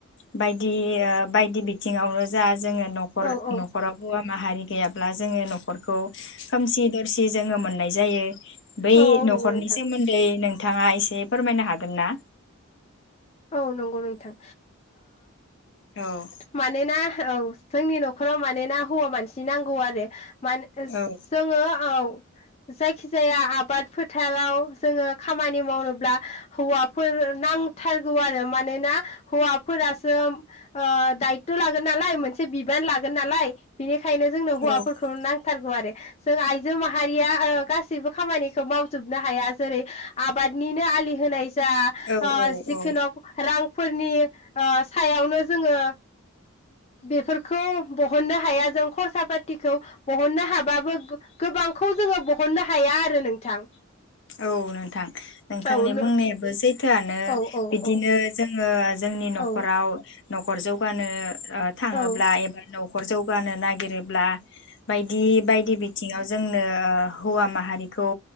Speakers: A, on the left; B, on the left.
A: बायदि ओ बायदि बिथिङावनो जा जोङो न'खर
B: औ औ
A: न'खराव हौवा माहारि गैयाब्ला जोङो नखर खौ खुसि जोङो मोननाय जायो बै
B: औ औ
A: न'खरनि
B: नंगौ नोंथां
A: सोमोन्दै नों नोंथाङा एसे फोरमायनो हागोन ना
B: औ नंगौ नोंथां
A: औ
B: मानोना औ जोंनि न'खराव मानोना हौवा मानसि नांगौ आरो माने
A: औ
B: जोङो औ जायखिजाया आबाद फोथाराव जोङो खामानि मावनोब्ला हौवाफोर नांथारगौ आरो मानोना हौवाफोरासो ओह दायथ' लागोन नालाय मोनसे बिबान लागोन नालाय बिनि खायनो जोंनो हौवाफोरखौ
A: औ
B: नांथारगौ आरो जों आइजो माहारिया ओ गासैबो खामानिखौ मावजोबनो हाया जेरै आबादनिनो आलि होनाय ज जा
A: औ
B: ओ
A: औ
B: जिखिनक
A: औ
B: रां फोरनि ओ सायावनो जोङो बेफोरखौ बहननो हाया जों खरसा पातिखौ बहननो हाबाबो गो गोबांखौ जोङो बहननो हाया आरो नोंथां
A: औ नोंथां नोंथांनि
B: औ औ
A: बुंनायाबो सै थोआनो
B: औ
A: बिदिनो
B: औ
A: जोङो जोंनि न'खराव
B: औ
A: न'खर जौगानो ओ थाङोब्ला
B: औ
A: एबा न'खर जौगानो नागिरोब्ला बायदि बायदि बिथिङाव जोंनो ओ हौवा माहारिखौ